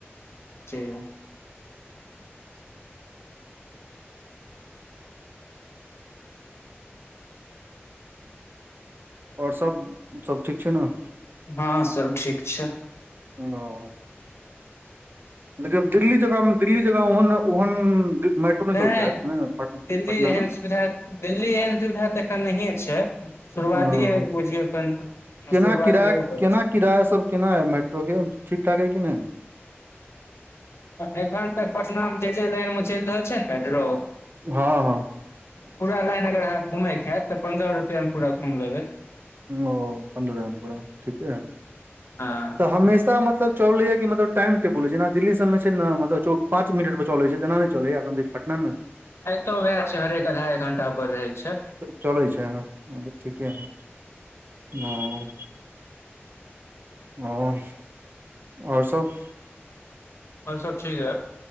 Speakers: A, on the left; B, on the right.
A: सेू <unintelligible>
B: आओर सब -सब ठीक छै नऽ।
A: हँ सब ठीक छै।
B: ओ देखी अब दिल्ली जगह दिल्ली जगह ओहन- ओहन मेट्रो
A: नहि
B: चलतै नै -नै पट -
A: दिल्ली
B: पटनामे।
A: एहन सुविधा दिल्ली एहन सुविधा तऽ एतऽ नहिे छै। शुरुआतिये
B: ओ
A: बुझियौ कन
B: केना
A: शुरुआतिये
B: किराया
A: <unintelligible>
B: केना किराया सब केना अइ मेट्रोके ठीकठाक हइ कि नै।
A: एखन तक पटना मे जे जे लाइन मे चैल रहल छै ने मेट्रो
B: हँ हँ।
A: पूरा लाइन अगर आहाँ घुमै के हेएत तऽ पंद्रह रुपआ मे पूरा घुइम लेबै
B: ओ पंन्द्रह पूरा ठीक है
A: हँ
B: तऽ हमेशा मत सब चलैया की मतलब टाइम टेबुल जेना दिल्ली सब मे छै ने मतलब चौ पाँच मिनट पर चलै छै तना नै चलैया। नैय- नैय।
A: तऽ वएह छै हरेक अधा एक घण्टा पर रहै छै।
B: चलै छै हँ तऽ ठीके है हँ। <unintelligible> आओर सब।
A: और सब ठीक है।